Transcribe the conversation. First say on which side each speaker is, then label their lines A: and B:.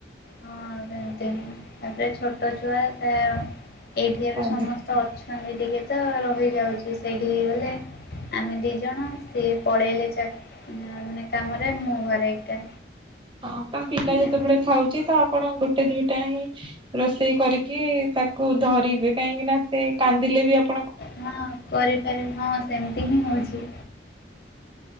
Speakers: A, on the left (about 55°); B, on the right (about 25°).
A: ହଁ ସେମିତି <inaudible> ତାପରେ ଛୋଟ ଛୁଆ ସେ ଏଇଠି ଏବି
B: ଆଜ୍ଞା।
A: ସମସ୍ତେ ଅଛନ୍ତି ଟିକେ ତ ରହିଯାଉଛି ସେଇଠିକି ଗଲେ ଆମେ ଦି ଜଣ ସିଏ ପଳେଇଲେ ଚା ମାନେ କାମରେ ମୁଁ ଘରେ ଏକା।
B: ହଁ ତ ପିଲା ଯେତେବେଳେ
A: ଏମିତି
B: ଥାଉଛି ତ ଆପଣ ଗୋଟେ ଦୁଇଟା ହିଁ ରୋଷେଇ କରିକି ତାକୁ ଧରିବେ କାହିଁକି ନା ସେ କାନ୍ଦିଲେ ବି ଆପ୍
A: ହଁ କରିପାରିବି ହଁ ସେମିତି ହିଁ ହଉଛି।